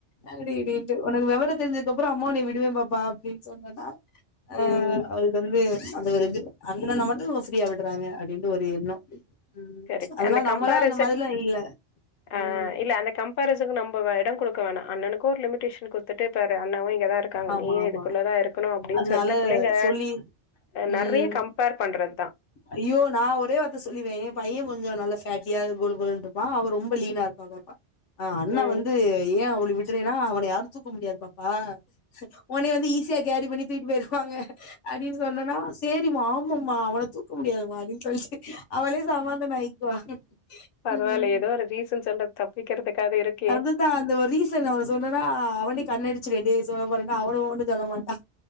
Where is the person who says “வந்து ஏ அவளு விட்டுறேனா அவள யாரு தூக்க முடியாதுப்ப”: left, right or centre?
Left